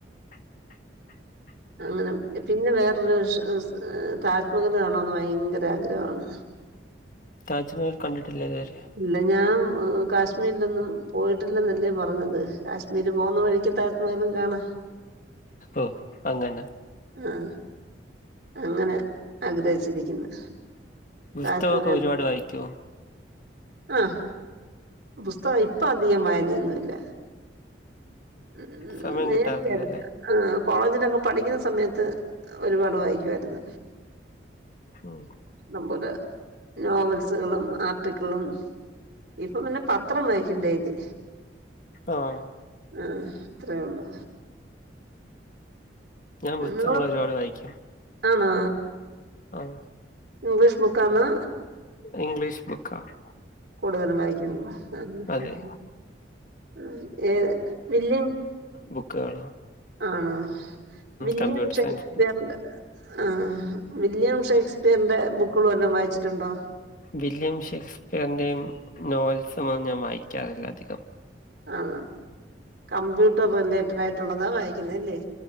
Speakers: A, on the left; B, on the right.
A: <inaudible>
B: അങ്ങനെ. പിന്നെ വേറൊരു, ഷ് സ് താജ്മഹല് കാണോന്ന് ഭയങ്കര ആഗ്രഹാണ്.
A: താജ്മഹൽ കണ്ടിട്ടില്ലലേറ്യ
B: ഇല്ല ഞാൻ കാശ്മീരിലൊന്നും പോയിട്ടില്ലെന്നല്ലെ പറഞ്ഞത്. കാശ്മീരി പോകുന്ന വഴിക്ക് താജ് മഹലും കാണാ.
A: ഓ അങ്ങനെ.
B: ആഹ് അങ്ങനെ ആഗ്രഹിച്ചിരിക്കുന്ന്.
A: പുസ്തകമൊക്കെ
B: താജ്മഹൽ
A: ഒരുപാട് വായിക്കുവോ
B: ആ പുസ്തകം. ഇപ്പൊ അധികം വായനയൊന്നുല്ല. ഉം
A: സമയം
B: നേർത്തെ
A: കിട്ടാറില്ലല്ലേ
B: ആ കോളേജിലൊക്കെ പഠിക്കുന്ന സമയത്ത് ഒരുപാട് വായിക്ക്യായിരുന്നു.
A: ഓ
B: ടംപോലെ നോവൽസുകളും, ആർട്ടിക്കളും ഇപ്പൊ പിന്നെ പത്രം വായിക്കും ടൈയ്ലി.
A: ആഹ്
B: ആഹ് അത്രേ ഒള്ളു.
A: ഞാൻ
B: നിങ്ങൾ
A: പുസ്തകങ്ങൾ ഒരുപാട് വായിക്കും.
B: ആണോ.
A: ആഹ്
B: ഇംഗ്ലീഷ് ബുക്ക് ആണാ?
A: ഇംഗ്ലീഷ് ബുക്കാണ്.
B: കൂടുതലും വായിക്കുന്നത്. ആ ആ
A: അതെ
B: ആ ഏത് വില്ല്യ
A: ബുക്കേള്
B: ആണോ വില്ല്യം
A: കമ്പ്യൂട്ടർ
B: ഷേക്സ്പിയറിൻ്റെ
A: സയൻസിന്റെ
B: ആഹ് വില്ല്യം ഷേക്സ്പിയറിന്റെ ബുക്കുകളും വല്ലോം വായിച്ചിട്ടുണ്ടോ?
A: വില്യം ഷേക്സ്പിയറിന്റെയും, നോവൽസും ഒന്നും ഞാൻ വായിക്കാറില്ല അധികം.
B: ആ കമ്പ്യൂട്ടർ റിലേറ്റഡ് ആയിട്ടുള്ളതാ വായിക്കുന്നെ അല്ലേ